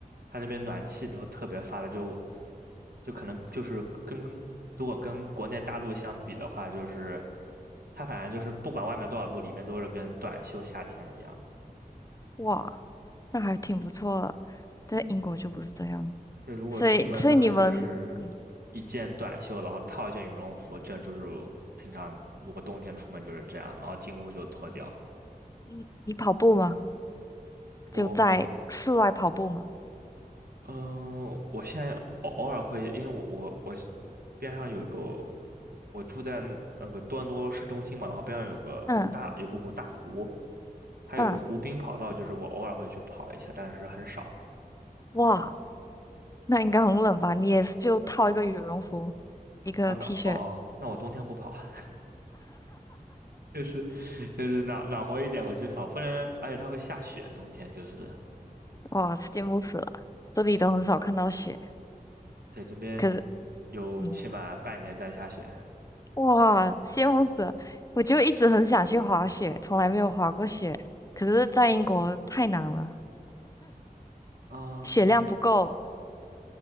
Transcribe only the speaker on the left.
哇，那还挺不错的，在英国就不是这样，
所以所以你们，
嗯
你你跑步吗？
就在室外跑步吗？
嗯
嗯，
哇，那应该很冷吧？你也是就套一个羽绒服，一个
T 恤，
哇，羡慕死了，这里都很少看到雪，
可是，
嗯，哇，羡慕死了，我就一直很想去滑雪，从来没有滑过雪，可是在英国太难了，
雪量不够。